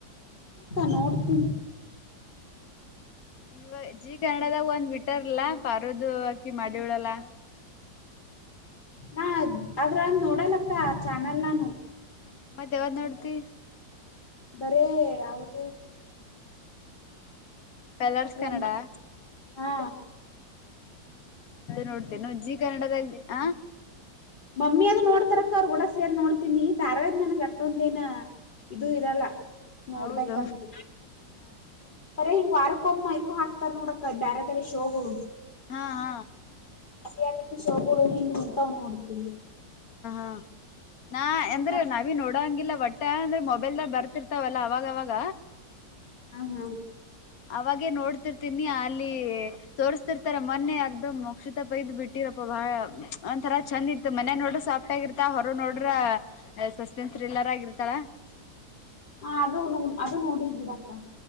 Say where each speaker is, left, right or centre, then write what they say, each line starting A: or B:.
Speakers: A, on the left (about 25°); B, on the left (about 55°).
A: ನೋಡ್ತೀ
B: ಇವ ಜಿ ಕನ್ನಡದಾಗ ಒಂದ್ ಬಿಟ್ಟರ್ಲ್ಲ ಪಾರದು ಹಾಕಿ ಮಾಡಿ ದವಳಲ್ಲ
A: ನಾ ಅದ್ರ ನೋಡಲಕ್ಕ ಆ ಚಾನೆಲ್ ನಾನು
B: ಮತ್ತ ಯಾವ್ದ್ ನೋಡ್ತಿ
A: ಬರೇ ಯವುದು
B: ಪಲ್ಲರ್ಸ್ ಕನಡಾ
A: ಒಂದ್ ಹಾ
B: ನೋಡ್ತೇ ನಜ್ಜಿ ಕನ್ನಡದಾಗ ಹ
A: ಮಮ್ಮಿ ಅದ ನೋಡ್ತಾರಕ್ಕ ಅವ್ರರು ಕೂಡ ಸೇರ್ ನೋಡ್ತೀನಿ ಧಾರಾಳಿಂದ ನನ್ ಅಟ್ಟೊಂದೇನ ಇದು ಇರಲ್ಲ ನೋಡ್ಬೇಕಂದ
B: ಹೌದು ಹಾ
A: ಇ ವಾರಕೊಮ್ಮ ಹಾಕ್ತಾರೆ ನೋಡಕ ಬೇರೆ ಬೇರೆ ಶೋಗಳು
B: ಹಾ ಹಾ
A: ರಿಯಾಲಿಟಿ ಶೋಗಳು ಹಿಂಗ್ ಅಂತ್ ನೋಡ್ತೀಿ
B: ಹ ನಾ ಎಂದ್ರೆ
A: ಹಾ
B: ನಾವಿ ನೋಡಂಗಿಲ್ಲ ಒಟ್ಟ ಮಏಂದ್ರೆ ಮೊಬೈಲ್ದಾಗ ಬರ್ತಿರ್ತಾವಲ್ಲ ಅವಾಗವಾಗ
A: ಹ್ಮ ಹ್ಮ
B: ಅವಾಗೇ ನೋಡ್ತಿರ್ತೀನಿ ಅಲ್ಲಿ ತೋರ್ಸ್ತಿರ್ತಾರ ಮೊನ್ನೆ ಅರ್ಧ ಮಕ್ಷುತಪೈದು್ ಬಿಟ್ಟಿರಪ್ಪ ಪ್ರಭಾರ ಒಂಥರಾ ಚಂದ್ ಇತ್ತು ಮನೆ ನೋಡ್ರ ಸಾಫ್ಟ್ ಆಗಿರ್ತ ಹೊರ ನೋಡ್ರ ಸಸ್ಪೆನ್ಸ್ ಥ್ರಿಲ್ಲರ್ ಆಗಿರ್ತಾಳ
A: ಹಾ ಅದು ಅದು ನೋಡಿಲ್ ಬಿಡಕ್ಕ